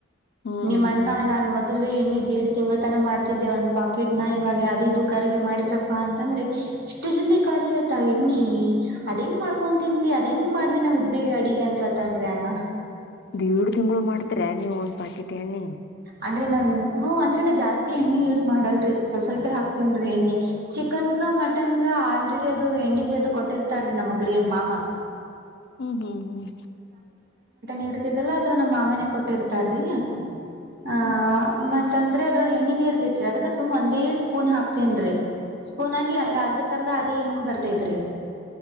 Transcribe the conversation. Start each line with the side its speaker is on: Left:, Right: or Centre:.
Left: ಹ್ಮ್
Right: ನಿಮ್ಮ ಅಣ್ಣ ನಾನ್ ಮೊದಲು ಎಣ್ಣ್ ದೇಡ್ ತಿಂಗಳು ತನ ಮಾಡ್ತಿದ್ದೆ ಒಂದ್ ಪಾಕೆಟ್ ನ ಇವಾಗ ಅದು ಇದು ಕರ್ಗೆ ಮಾಡಿದ್ರ ಅಂತಂದ್ರೆ ಇಷ್ಟ ಜಲ್ದಿ ಖಾಲಿ ಆಯ್ತಾ ಎಣ್ಣಿ ಅದ ಹೆಂಗ್ ಮಾಡ್ಕೊಂತಿಂದಿ ಅದ ಹೆಂಗ್ ಮಾಡ್ದಿನ ನಾವು ಇಬ್ರಿಗೆ ಅಡಿಗೆ ಅಂತ ಜತನ್್ರರಿ ಅಣ್ಣ
Left: ಎಏಡು ತಿಂಗಳು ಮಾಡ್ತರ ನೀವ ಒಂದ್ ಪಾಕೆಟ್ ಎಣ್ಣಿ
Right: ಅಂದ್ರೆ ನಾನ್ ಹ ಅಂದ್ರೆ ನಾ ಜಾಸ್ತಿ ಎಣ್ಣೆ ಯೂಸ್ ಮಾಡಲ್ರಿ ಸ್ವಲ್ ಸ್ವಲ್ಪ ಹಾಕ್ತೀನ್ರಿ ಎಣ್ಣಿ ಚಿಕ್ಕ ಚಿಕನ್ಗ ಮಟನ್ಗ ಆಲ್ರೆಡಿ ಅದು ಎಣ್ಣಿಗೆ ಅದು ಕೊಟ್ಟಿರ್ತಾರೀ ನಮ್ಮಗ್ರೀ ಮಾಮ
Left: ಹ್ಮ್ ಹ್ಮ್ ಹ್ಮ್
Right: ಇರ್ತಲ್ಲ ಅದು ನಮ್ಮ ಮಾಮನೆ ಕೊಟ್ಟಿರ್ತಾರಲಿಲ್ಲ ಆ
Left: ಹ್ಮ್
Right: ಮ ಅಂದ್ರ ಅದ್ರ ಎಣ್ಣ ನೀರ್ತೇತ್ರಿ ಅದಕ್ಕ ಸುಮ್ ಒಂದೇ ಸ್ಪೂನ್ ಹಾಕ್ತನ್ರಿ ಸ್ಕೂನ್ ಆಗಿ ಯರ್ದ ಕರ್ದ ಅದೇ ಇಣ್ಣ ಬರ್ತೈ ಇದ್ರಿ